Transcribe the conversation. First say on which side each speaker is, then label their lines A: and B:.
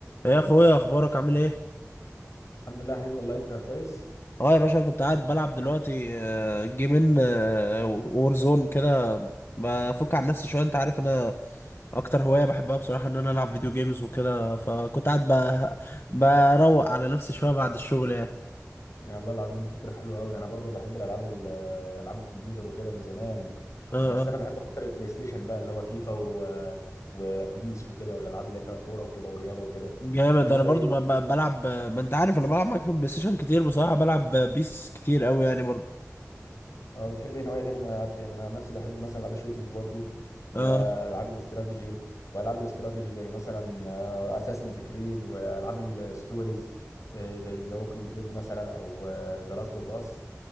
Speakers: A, on the left; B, on the left.
A: إيه يا اخويا اخبارك عامل ايه
B: الحمد لله يا حبيبي والله انت كويس
A: اه يا باشا كنت قاعد بلعب دلوقتي آه، جيمين آه، وورزون كده بفك عن نفسي شويه انت عارف انا اكتر هوايه بحبها بصراحه ان انا العب فيديو جيمز وكده فكنت قاعد ب- بروق على نفسي شويه بعد الشغل يعني
B: يا الله العظيم فكرة حلوة قوي انا برضو بحب الالعاب ال- آه، العاب الكمبيوتر وكده من زمان
A: اه
B: بس
A: اه
B: انا بحب اكتر البلاي ستيشن بقى اللي هو فيفا و... وبيس وكده والالعاب اللي هي فيها كورة وكده والرياضة وكده
A: جامد
B: انت
A: انا
B: ايه
A: برضو ب- ب- بلعب ما انت عارف انا بلعب معاك في البلاي ستيشن كتير بصراحه بلعب بيس كتير قوي يعني برضو
B: اه بتحب ايه نوعيه تانية من الالعاب تاني انا عن نفسي بحب مثلا العاب الشوتينج برضو والعاب
A: اه
B: الاستراتيجي والعاب الاستراتيجي زي مثلا اساسنز كريد والعاب الستوريز آه، زي ذا ووكينج ديد مثلا او ذا لاست اوف اس